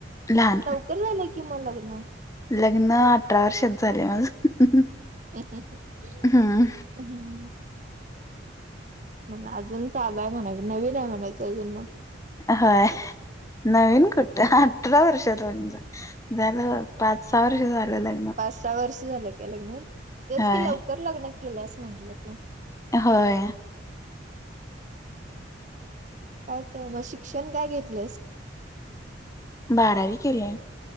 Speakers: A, on the left (about 15°); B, on the right (about 40°).
A: लहान.
B: लवकर झालंय की मन लग्न?
A: लग्न अठरा वर्षात झालंय माझं.
B: <inaudible>
A: हम्म
B: म् अजून चालू आहे म्हणायचं नवीन आहे म्हणायचं अजून म्
A: होय नवीन कुठं अठरा वर्षांत म्हणल झालं पाच-सहा वर्ष झालं लग्
B: पाच-सहा वर्ष झालं काय लग्न होऊन. तेच
A: होय
B: की लवकर लग्न केल्यास म्हंटलं तू?
A: होय.
B: काय त् मग शिक्षण काय घेतलेयस?
A: बारावी केलीया.